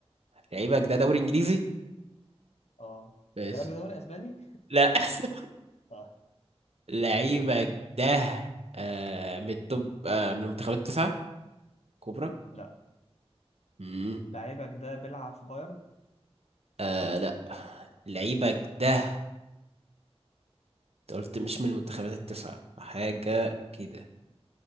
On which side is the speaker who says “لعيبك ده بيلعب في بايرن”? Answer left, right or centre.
Left